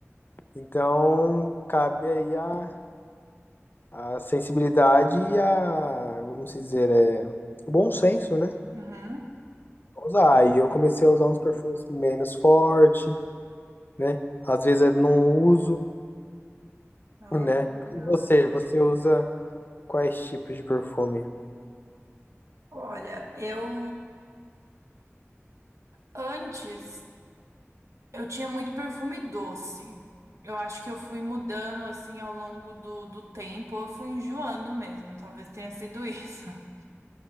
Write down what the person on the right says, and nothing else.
Uhum.
Ah,
legal.
Olha, eu antes. Eu tinha muito perfume doce. Eu acho que eu fui mudando assim ao longo do, do tempo, eu fui enjoando mesmo, talvez tenha sido isso. <laughs>